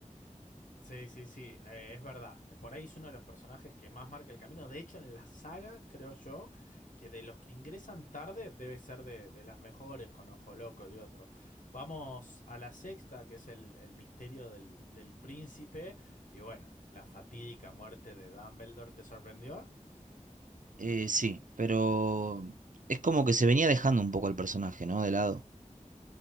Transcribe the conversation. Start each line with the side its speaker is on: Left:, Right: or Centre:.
Left: sí, sí, sí, eh, es verdad. Por ahí es uno de los personajes que más marca el camino. De hecho, en la saga, creo yo, que de los que ingresan tarde debe ser de, de las mejores, con Ojo Loco y otro. Vamos a la sexta, que es el, el misterio del, del príncipe. Y bueno, la fatídica muerte de Dumbledore, ¿te sorprendió?
Right: Eh, sí, pero es como que se venía dejando un poco el personaje, ¿no? De lado.